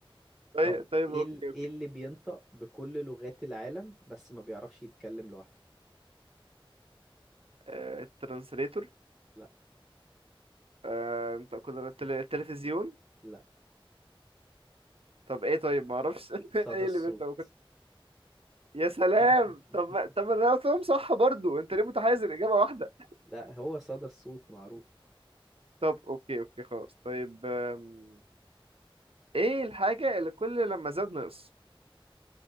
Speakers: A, on the right; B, in the centre.
A: طيب
B: طب
A: طيب
B: ايه
A: اوكي
B: ال-
A: اوكي
B: ايه اللي بينطق بكل لغات العالم بس ما بيعرفش يتكلم لوحده
A: أه الترانسليتور
B: لا
A: أه انت كنت التلفزيون
B: لا
A: طب ايه طيب ما اعرفش <laughs>
B: صدى
A: ايه
B: الصوت
A: اللي انت يا سلام
B: <laughs>
A: طب ما- طب ما انا قلتهم صح برضو انت ليه متحيز الاجابه واحده
B: لا هو صدى الصوت معروف
A: طب اوكي اوكي خلاص طيب آم، ايه الحاجه اللي كل لما زاد نقص